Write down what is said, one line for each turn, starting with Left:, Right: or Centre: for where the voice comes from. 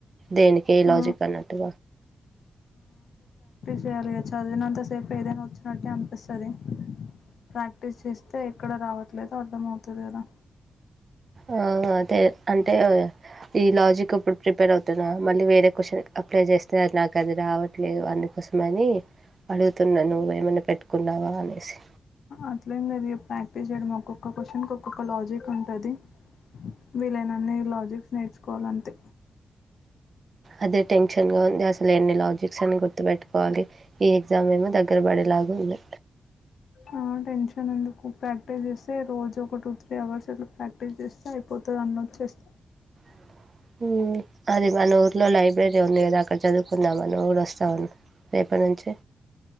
Right: దేనికి
Left: ఆ
Right: లాజిక్ అన్నట్టు
Left: చేయాలిగా చదివినంతా సేఫ్ ఏదైనా వచ్చినట్టు అనిపిస్తుంది ప్రాక్టీస్ చేస్త తే ఇక్కడ రావట్లే అర్థమవుతాదేమో
Right: ఆ అదే అంటే ఈ లాజిక్ ఇప్పుడు ప్రిపేర్ అవుతనా మళ్ళీ వేరే క్వశ్చన్ అప్లై చేస్తే అది నాకు అది రావట్లేదు అందుకోసమ అని అడుగుతున్నా నువ్వు ఏమైన్నా పెట్టుకున్నావా అనేసి
Left: అట్లేం లేదు ఇగ ప్రాక్టీస్ చేయడం ఒక్కొక్క క్వశ్చన్కి ఒక్కొక్క లాజిక్ ఉంటుంది వీలైన అన్ని లాజిక్ నేర్చుకోవాలింతే
Right: అదే టెన్షన్‌గా ఉంది. అసలు ఎన్ని లాజిక్స్ అని గుర్తుపెట్టుకోవాలి. ఈ ఎగ్జామ్ ఏమో దగ్గర పడేలాగా ఉంది
Left: ఆ టెన్షన్ ఎందుకు ప్రాక్టీస్ చేస్తే రోజు ఒక టూ త్రీ అవర్స్ అట్లా ప్రాక్టీస్ చేస్తే అయిపోతు <unintelligible> అన్న వచ్చేస్త
Right: అ హ్మ్మ్ అది మన ఊర్లో లై లైబ్రరీ ఉంది కదా అక్కడ చదువుకుందామని ఊరు వస్తామ రేపటి నుంచి